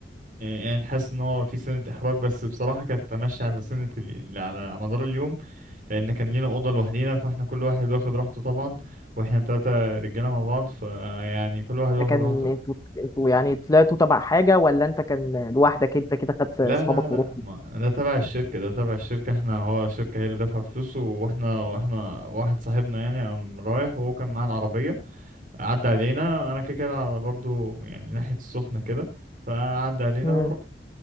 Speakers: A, on the right (about 50°); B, on the left (about 20°).
A: يعني تحس ان هو في سنة احراج بس بصراحة كانت تمشي على سنة ال... على مدار اليوم لان كان لينا اوضة لوحدينا فاحنا كل واحد واخد راحته طبعا واحنا تلاتة رجالة مع بعض فيعني كل واحد واخد
B: ده كان
A: راحته
B: انتوا انتوا يعني طلعتوا تبع حاجة ولا انت كان لوحدك انت كده خدت
A: لا
B: اصحابك
A: لا لا
B: ورحتوا؟
A: ما ده تبع الشركة ده تبع الشركة احنا هو الشركة هي اللي دافعة فلوسه واحنا واحنا واحد صاحبنا يعني قام رايح وهو كان معاه العربية عدى علينا انا كده كده على برضو يعني ناحية السخنة كده فعدى علينا
B: امم
A: ورحت